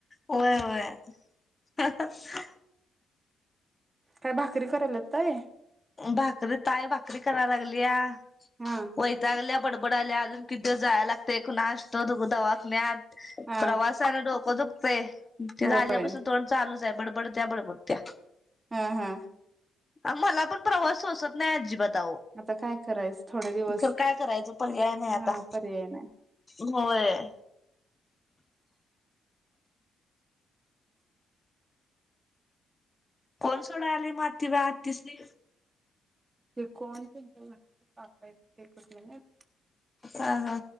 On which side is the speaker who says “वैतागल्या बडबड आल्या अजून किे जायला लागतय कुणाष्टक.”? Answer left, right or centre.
Left